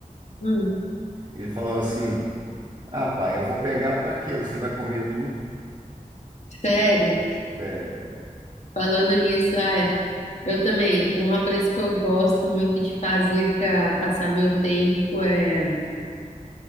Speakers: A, on the left (about 50°); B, on the right (about 30°).
A: hum,
B: Ele falava assim, ah, pai, eu vou pegar para quê? Você vai comer tudo?
A: sério.
B: Sério.
A: Falando nisso, é, eu também. Uma coisa que eu gosto muito de fazer para passar meu tempo é,